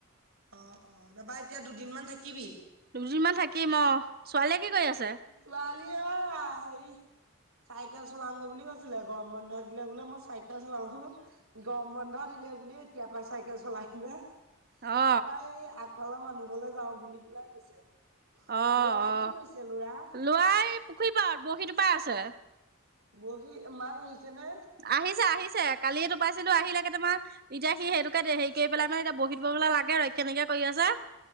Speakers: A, on the right; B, on the right.
A: অ অ ৰবা এতিয়া দুদিন মমান থাকিবি
B: দুদিনমান থাকিম অ ছোৱালীয়ে কি কৰি আছ
A: ছোৱালী আ হেৰি চাইকেল চলাংগে বুলি কৈছিলে গৰম বন্ধ দিলে বোলে মই চাইকেল চলাও গৰম বন্ধ বুলি এতিয়া পাই চাইকেল চলাই কিনে তাৰাপা
B: অ
A: এই আগফালৰ মানুহ ঘৰলে যাওঁ বুলি পেলাই কৈছে
B: অ
A: লৰাই
B: অ
A: কি কৰিছে লৰা
B: লৰা এই পুখুৰীৰ পত বৰশী টোপাই আছে
A: বৰশী মাছ নে
B: আহি যে আহি কালিয় তো পাইছিলো আহিলে তোমাৰ এতিয়া সি সেইটোকে হে কৰি পেলাই মানেতিয়া বহত বলা লাগে ৰক্ষা নকিয় কৰি আছা